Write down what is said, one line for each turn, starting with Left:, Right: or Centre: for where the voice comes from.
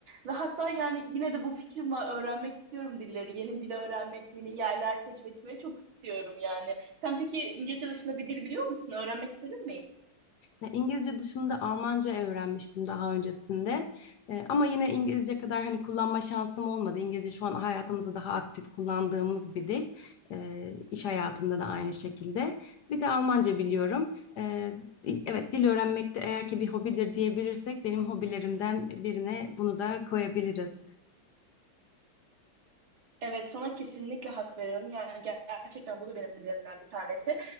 Right: Ve hatta yani yine de bu fikrim var. Öğrenmek istiyorum dilleri. Yeni dil öğrenmek, yeni yerler keşfetmeyi çok istiyorum yani. Sen peki İngilizce dışında bir dil biliyor musun? Öğrenmek istedin mi?
Left: E, İngilizce dışında Almanca öğrenmiştim daha öncesinde. E, ama yine İngilizce kadar hani kullanma şansım olmadı. İngilizce şu an hayatımızda daha aktif kullandığımız bir dil. E, iş hayatında da aynı şekilde. Bir de Almanca biliyorum. E, evet dil öğrenmek de eğer ki bir hobidir diyebilirsek benim hobilerimden birine bunu da koyabiliriz.
Right: Evet, sana kesinlikle hak veriyorum. Yani ger- gerçekten bu da benim hobilerimden bir tanesi.